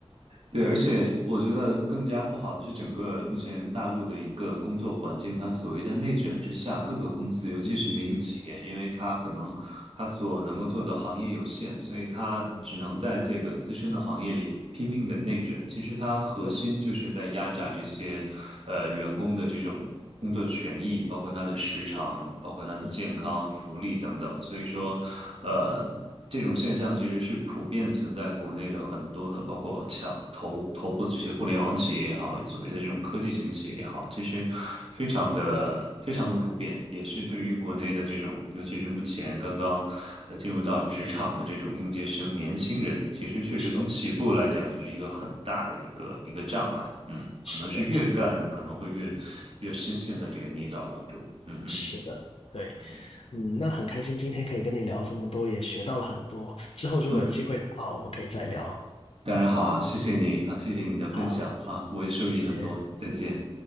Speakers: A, on the right; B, on the left.
A: 对，而且我觉得更加不好的是，整个目前大陆的一个工作环境，它所谓的内卷之下，各个公司，尤其是民营企业，
B: 嗯
A: 因为它可能它所能够做的行业有限，所以它只能在这个自身的行业里拼命的内卷。
B: 嗯
A: 其实它核心就是在压榨这些呃员工的这种。
B: 嗯
A: 工作权益，包括他的时长，包括他的健康、
B: 嗯
A: 福利等等。所以说，呃，这种现象其实是普遍存在国内的很多的，包括像头头部的这些互联网企业也好，所谓的这种科技型企业也好，其实非常的非常的普遍，也是对于国内的这种，
B: 嗯，
A: 尤其是目前刚刚呃进入到职场的这种应届生年轻人，其实确实从起步来讲，
B: 是
A: 就是一个很大的一个一个障碍。嗯。
B: 是的，
A: 可能是越干可能会越越深陷在这个泥沼当中。
B: 是的。
A: 嗯哼，
B: 是的，对，
A: 嗯
B: 嗯，那很开心今天可以跟你聊这么多，也学到了很多。之后如果有机会的话，
A: 嗯，
B: 我们可以再聊。
A: 当然好啊，谢谢你啊，谢谢你的分享啊，
B: 好，
A: 我也受益很多，
B: 谢谢，
A: 再见。